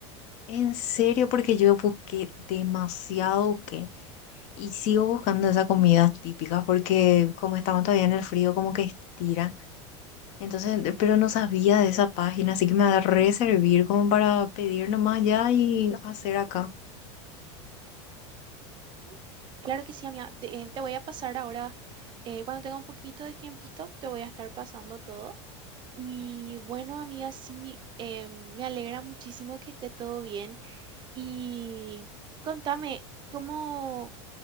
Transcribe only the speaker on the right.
"Mm, Claro que sí, amiga. De- eh, te voy a pasar ahora, eh, cuando tenga un poquito de tiempito, te voy a estar pasando todo. Y bueno, amiga, sí, eh, me alegra muchísimo que esté todo bien. Y contame, ¿cómo,